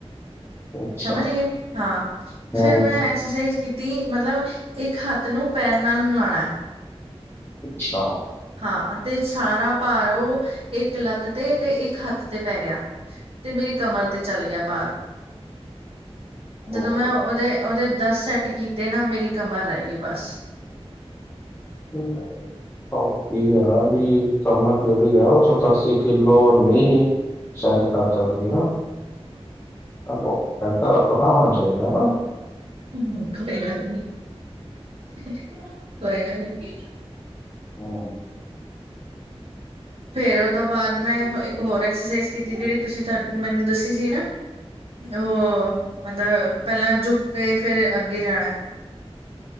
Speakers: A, on the left; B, on the right.
A: ਅੱਛਾ
B: ਸਮਝ ਗਏ? ਹਾਂ,
A: ਹੂੰ
B: ਫੇਰ ਮੈਂ ਐਕਸਰਸਾਈਜ਼ ਕਿ ਕੀਤੀ, ਮਤਲਬ ਇੱਕ ਹੱਥ ਨੂੰ ਪੈਰ ਨਾਲ ਮਿਲਾਉਣਾ ਏ।
A: ਅੱਛਾ।
B: ਹਾਂ ਅਤੇ ਸਾਰਾ ਭਾਰ ਉਹ, ਇੱਕ ਲੱਤ ਤੇ, ਤੇ ਇੱਕ ਹੱਥ ਤੇ ਪੈ ਗਿਆ। ਤੇ ਮੇਰੀ ਕਮਰ ਤੇ ਚੱਲ ਗਿਆ ਪਾਰ।
A: ਓਹੋ
B: ਜਦੋਂ ਮੈਂ ਉਹਦੇ ਓਦੇ, ਦੱਸ ਸੈੱਟ ਕੀਤੇ ਨਾ ਮੇਰੀ ਕਮਰ ਰਹਿ ਗਈ ਬਸ।
A: ਹੂੰ ਇਹ ਕੀ ਹੈ ਵੀ, ਕੰਮਰ ਜੇਰੀ ਹੈ ਉਹ ਸਤਾਸੀ ਕਿਲੋ ਨੀ ਸਹਿਨ ਕਰ ਸਕਦੀ ਨਾ, ਸਾਨੂੰ ਏਦਾਂ ਪਤਾ ਹੋਣਾ ਚਾਹੀਦਾ ਨਾ।
B: ਹੂੰ ਕੋਈ ਗੱਲ ਨੀ, ਕੋਈ ਗੱਲ ਨੀ।
A: ਹੂੰ।
B: ਫੇਰ ਉਹ ਤੋਂ ਬਾਅਦ ਮੈਂ ਇੱਕ ਹੋਰ ਐਕਸਰਸਾਈਜ਼ ਕੀਤੀ ਜਿਹੜੀ ਤੁਸੀਂ, ਮੈਨੂੰ ਦੱਸੀ ਸੀ ਨਾ। ਉਹ, ਮਤਲਬ ਪਹਿਲਾਂ ਜੁੱਕ ਕੇ ਫੇਰ ਅੱਗੇ ਜਾਣਾ।